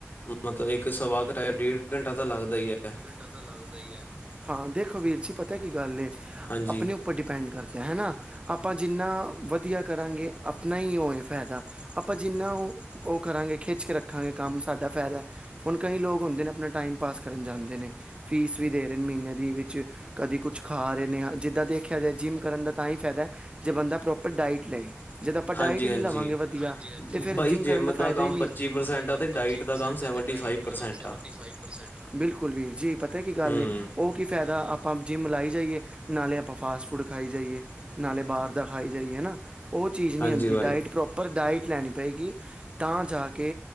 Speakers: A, on the left; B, on the right.
A: ਮਤਲਬ ਇੱਕ ਸਵਾ ਕ ਘੰਟਾ ਜਾਂ ਡੇਢ ਕ ਘੰਟਾ ਤਾਂ ਲੱਗਦਾ ਈ ਐ।
B: ਘੰਟਾ ਤਾਂ ਲੱਗਦਾ ਈ ਐ ਹਾਂ ਦੇਖੋ ਵੀਰ ਜੀ ਪਤਾ ਕੀ ਗੱਲ ਏ,
A: ਹਾਂਜੀ,
B: ਆਪਨੇ ਉੱਪਰ ਡਿਪੈਂਡ ਕਰਦੈ ਹਨਾ, ਆਪਾਂ ਜਿੰਨਾ ਵਦੀਆ ਕਰਾਂਗੇ, ਆਪਨਾ ਈ ਓ ਐ ਫੈਦਾ। ਆਪਾਂ ਜਿੰਨਾ ਓ -ਓ ਕਰਾਂਗੇ ਖਿੱਚ ਕੇ ਰੱਖਾਂਗੇ ਕੰਮ ਸਾਡਾ ਫੈਦੈ। ਹੁਨ ਕਈ ਲੋਕ ਹੁੰਦੇ ਨੇ ਆਪਨਾ ਟਾਈਮ ਪਾਸ ਕਰਨ ਜਾਂਦੇ ਨੇ, ਫੀਸ ਵੀ ਦੇ ਰਏ ਨੇ ਮੀਨੇ ਦੀ ਵਿੱਚ। ਕਦੀ ਕੁੱਛ ਖਾ ਰਏ ਨੇ ਜਿੱਦਾਂ ਦੇਖੇਆ ਜਾਏ ਜਿੰਮ ਕਰਨ ਦਾ ਤਾਂਈ ਫੈਦੈ। ਜੇ ਬੰਦਾ ਪ੍ਰੋਪਰ ਡਾਇਟ ਲਏ, ਜਦ ਆਪਾਂ ਡਾਇਟ
A: ਹਾਂਜੀ,
B: ਈ
A: ਹਾਂਜੀ।
B: ਨਈਂ ਲਵਾਂਗੇ ਵਦੀਆ ਤੇ ਫੇਰ
A: ਬਾਈ
B: ਜਿੰਮ ਕਰਨ ਦਾ ਫਾਇਦਾ
A: ਕੰਮ
B: ਈ ਨੀ
A: ਪੱਚੀ
B: ਐ, ਭਾਜੀ ਜਿੰਮ
A: ਪ੍ਰਸੈਂਟ
B: ਦਾ ਕੰਮ
A: ਆ ਤੇ
B: ਪੱਚੀ
A: ਡਾਇਟ
B: ਪ੍ਰਸੈਂਟ
A: ਦਾ ਕੰਮ ਸੈਵਨਟੀ
B: ਐ ਤੇ ਡਾਇਟ
A: ਫਾਈਵ
B: ਦਾ
A: ਪ੍ਰਸੈਂਟ
B: ਕੰਮ ਸੈਵੰਟੀ
A: ਆ।
B: ਫ਼ਾਇਵ ਪ੍ਰਸੈਂਟ ਐ, ਬਿਲਕੁਲ ਵੀਰ ਜੀ ਪਤਾ ਕੀ ਗੱਲ
A: ਹੂੰ,
B: ਏ ਓ ਓ ਕੀ ਫੈਦਾ ਆਪਾਂ ਜਿੰਮ ਲਾਈ ਜਾਈਏ, ਨਾਲੇ ਆਪਾਂ ਫਾਸਟ ਫੂਡ ਖਾਈ ਜਾਈਏ। ਨਾਲੇ ਬਾਰ ਦਾ ਖਾਈ ਜਾਈਏ ਨਾ, ਓ ਚੀਜ਼ ਨੀ
A: ਹਾਂਜੀ
B: ਹੁੰਦੀ
A: ਬਾਈ
B: ਡਾਈਟ ਪ੍ਰੋਪਰ ਡਾਈਟ ਲੈਨੀ ਪਏਗੀ ਤਾਂ ਜਾ ਕੇ